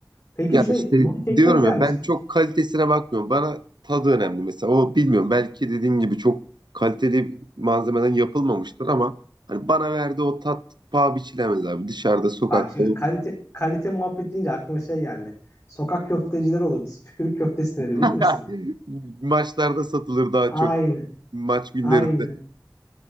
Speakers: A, on the left; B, on the right.
A: Peki
B: Ya
A: şey,
B: işte
A: balık ekmek
B: diyorum
A: yer
B: ya
A: misin
B: ben çok kalitesine bakmıyorum bana tadı önemli mesela o bilmiyorum belki dediğin gibi çok kaliteli malzemeden yapılmamıştır ama hani bana verdiği o tat paha biçilemez abi dışarıda sokakta
A: Bak şimdi kalite kalite muhabbet deyince aklıma şey geldi. Sokak köftecileri olur. Tükürük köftesi denir
B: <laughs>
A: bilir misin?
B: Maçlarda satılır daha
A: Aynen,
B: çok. Maç günlerinde.
A: aynen.